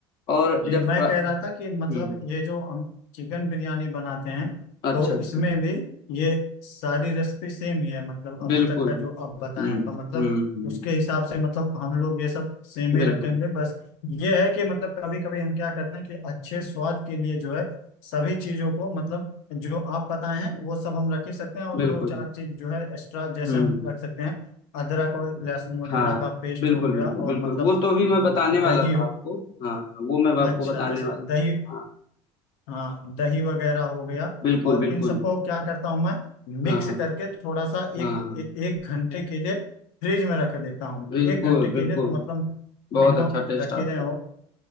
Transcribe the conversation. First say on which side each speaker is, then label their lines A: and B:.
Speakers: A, on the left; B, on the left.
A: और
B: जी
A: जब
B: मैं
A: फ्रा
B: कह रहा था कि
A: हम्म
B: मतलब ये जो हम चिकन बिरयानी बनाते हैं
A: अच्छा
B: तो
A: अच्छा
B: इसमें भी ये सारी रेसिपी सेम ही है मतलब अभी
A: बिल्कुल
B: तक का जो आप बताएं
A: हम्म
B: तो मतलब
A: हम्म हम्म
B: उसके हिसाब से मतलब हम लोग ये सब सेम
A: बिल्कुल
B: ही रखेंगे बस ये है कि मतलब कभी कभी हम क्या करते हैं कि अच्छे स्वाद के लिए जो है सभी चीजों को मतलब जो आप बताए हैं वो सब हम रख ही सकते हैं और
A: बिल्कुल
B: दो चार चीज जो है एक्स्ट्रा जैसे
A: हम्म
B: हम रख सकते हैं अदरक और लहसुन वगैरह
A: हाँ
B: का पेस्ट
A: बिल्कुल
B: हो गया
A: बिल्कुल
B: और
A: बिल्कुल
B: मतलब
A: वो तो भी मैं बताने
B: दही
A: वाला था आपको हाँ हाँ, वो मैं
B: अच्छा
A: आपको बताने
B: जैसे
A: वाला था
B: दही
A: हाँ
B: हाँ दही वगैरह हो गया
A: बिल्कुल
B: और
A: बिल्कुल
B: इन सबको क्या करता हूँ मैं मिक्स
A: हाँ हाँ
B: करके थोड़ा सा
A: हाँ
B: एक ए, एक घंटे के लिए फ्रिज में रख देता हूँ
A: बिल्कुल
B: एक घंटे
A: बिल्कुल
B: के लिए तो मतलब
A: बहुत
B: मिनिमम
A: अच्छा टेस्ट
B: रखे
A: आता
B: दें हो
A: है